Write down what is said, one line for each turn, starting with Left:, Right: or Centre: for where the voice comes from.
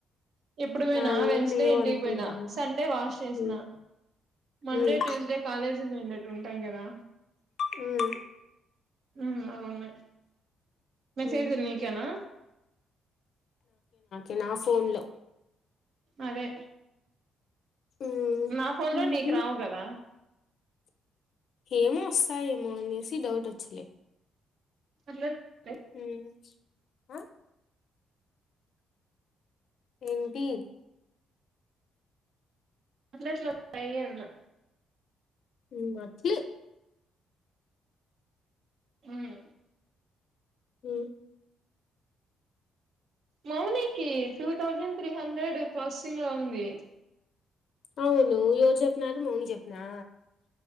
Right: ఇప్పుడు పోయినా
Left: నావేం
Right: వెన్స్డే
Left: లేవు
Right: ఇంటికి
Left: అనుకుంటాన్న
Right: పోయినా సండే వాష్ చేసినా
Left: ఉమ్
Right: మండే
Left: ఉమ్
Right: ట్యూస్డే కాలేజ్ పోయిండేవి ఉంటాయి కదా
Left: హ్మ్
Right: హ్మ్ అవి ఉన్నాయ్ మెసేజ్
Left: ఉమ్
Right: లు నికేనా
Left: ఎ నా ఫోన్ లో
Right: అవె
Left: ఉమ్
Right: నా ఫోన్ లో
Left: ఉహు
Right: నీకు రావు కదా
Left: ఏమో వస్తాయేమో అనేసి డౌట్ వచ్చింది
Right: అట్లే పె
Left: హ్మ్ అ ఏంటి
Right: అట్ల ఎట్ల ఉంటాయి అన్న
Left: హ్మ్ అట్లే
Right: మ్మ్
Left: మ్మ్
Right: మౌనీకి two thousand three hundred crossing లో ఉంది
Left: అవును ఎవరు చెప్పనారు మౌని చెప్పనా